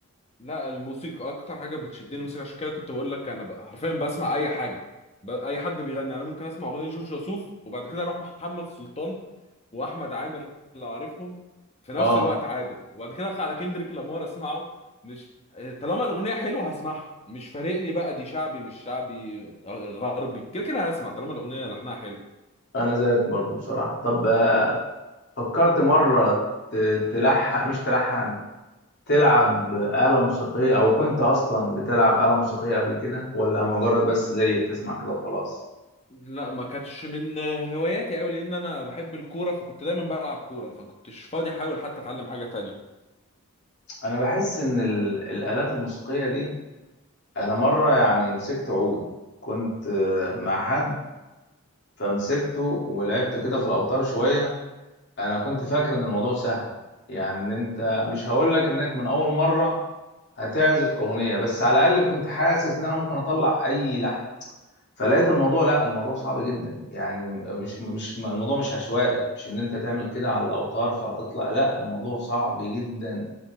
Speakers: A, on the left; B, on the left.
A: لا الموسيقى اكتر حاجه بتشدني الموسيقى عشان كده كنت بقول لك انا ب- حرفيا بسمع اي حاجه ب... اي حد بيغني يعني انا ممكن اسمع اغنيه جورج وسوف وبعد كده اروح محمد سلطان واحمد عامر لو عارفهم في نفس
B: اه
A: الوقت عادي وبعد كده اطلع على كندريك لامار اسمعه مش طالما الاغنيه حلوه هسمعها مش فارق لي بقى دي شعبي مش شعبي غربي كده كده هسمع طالما الاغنيه لحنها حلو
B: انا زيك برضو بصراحة طب آه، فكرت مرة ت- تلحن مش تلحن تلعب آلة موسيقية او كنت اصلا بتلعب آلة موسيقية قبل كده ولا مجرد بس زي بتسمع كده وخلاص
A: لا ما كانتش من هواياتي قوي لان انا بحب الكوره فكنت دايما بلعب كوره فما كنتش فاضي احاول حتى اتعلم حاجه تانية
B: انا بحس ان ال- الآلات الموسيقية دي انا مرة يعني مسكت عود كنت آه، مع حد فمسكته ولعبت كده في الاوتار شوية انا كنت فاكر ان الموضوع سهل يعني إن انت مش هقول لك انك من اول مره هتعزف اغنيه بس على الاقل كنت حاسس ان انا ممكن اطلع اي لحن فلقيت الموضوع لا الموضوع صعب جدا يعني مش مش الموضوع مش عشوائي مش ان انت تعمل كده على الاوتار فهتطلع لا الموضوع صعب جدا